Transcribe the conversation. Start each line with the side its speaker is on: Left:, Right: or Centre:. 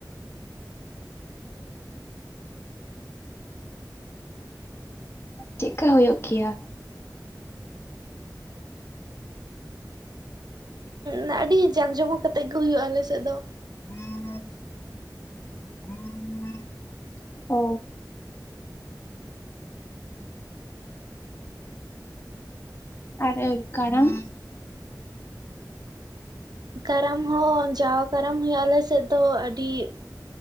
Left: ᱪᱮᱜᱠᱟ ᱦᱳᱭᱳᱜ ᱜᱮᱭᱟ?
Right: ᱱᱟ ᱟᱹᱰᱤ ᱡᱟᱜ ᱡᱚᱢᱚᱠ ᱠᱟᱛᱮᱫ ᱜᱮ ᱦᱩᱭᱩᱜᱼᱟ ᱟᱞᱮᱥᱮᱫ ᱫᱚ᱾
Left: <inaudible> <inaudible> ᱚ᱾ ᱟᱨ ᱮ ᱠᱟᱨᱟᱢ?
Right: ᱠᱟᱨᱟᱢ ᱦᱚᱸ ᱡᱟᱣ ᱠᱟᱨᱟᱢ ᱦᱩᱭᱩᱜᱼᱟ ᱟᱞᱮ ᱥᱮᱫ ᱫᱚ ᱟᱹᱰᱤ